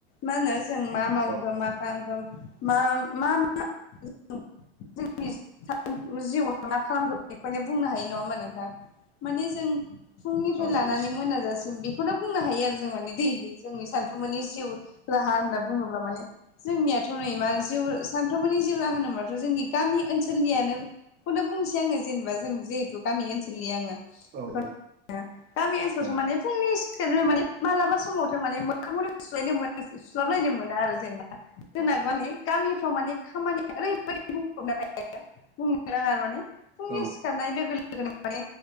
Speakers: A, on the left (about 45°); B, on the right (about 30°).
A: मा होनो जों मा मावखो
B: औ
A: मा खालामखो मा मा जोंनि स जिउआव मा खालामग्र बेखौायनो बुंनो हायो नङा होमबा नोंथां माने जों फुंनिफ्राय
B: औ
A: लानानै
B: एसे
A: मोनाजासिम बे बेखौनो बुंनो हायो आरो जों माने दैलि जोंनि सानफ्रुमनि जिउ राहा होनना बुङोब्ला माने जोंनियाथ' नै मा जि सानफ्रोमबोनि जिउरा होनोबाथ' जोंनि गामि ओनसोलनियानो खौनो बुंसै आङो जेनेबा जों जिहेतु गामि ओनसोलनि आङो
B: औ
A: बेखौ
B: औ
A: गामि ओनसोलावथ'
B: औ
A: माने फुंनि सिखारग्रो माने मालाबा समावथ' माने मोखांखनो <unintelligible> सुस्लाबलायनो मोना आरो जेनेबा
B: औ
A: <unintelligible> गामिफ्राव माने खामानिया ओरैबायदि बुंफबनो हायो बुंनो राङा माने फुंनि
B: औ
A: खारनाय लोगो लोगोनो माने